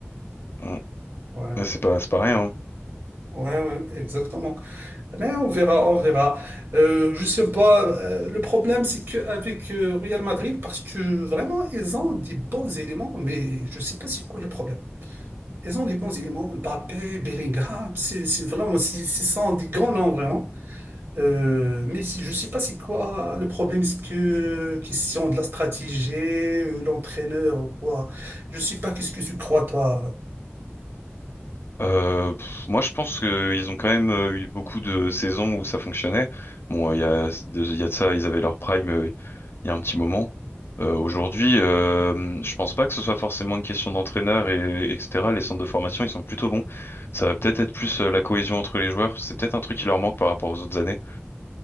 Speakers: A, on the left; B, on the right.
A: Mm.
B: Ouais, ouais,
A: Ouais, C'est pas, c'est pas rien. hein.
B: ouais, ouais, exactement. Mais on verra, on verra. Euh, je sais pas. euh, le problème, c'est qu'avec Real Madrid, parce que vraiment, ils ont des bons éléments, mais je sais pas c'est quoi le problème. Ils ont des bons éléments. Mbappé, Bellingham, c'est c'est vraiment, c'est ce sont des grands noms, vraiment. Euh, mais si, je sais pas c'est quoi le problème, c'est que question de la stratégie, euh, l'entraîneur ou quoi. Je sais pas qu'est-ce que tu crois, toi.
A: Euh, pff, moi, je pense qu'ils ont quand même euh, eu beaucoup de saisons où ça fonctionnait. Bon, euh, il y a, il y a de ça, ils avaient leur prime euh, il y a un petit moment. Euh, aujourd'hui, euh, je pense pas que ce soit forcément une question d'entraîneur et etc. Les centres de formation, ils sont plutôt bons. Ça va peut-être être plus euh, la cohésion entre les joueurs. C'est peut-être un truc qui leur manque par rapport aux autres années.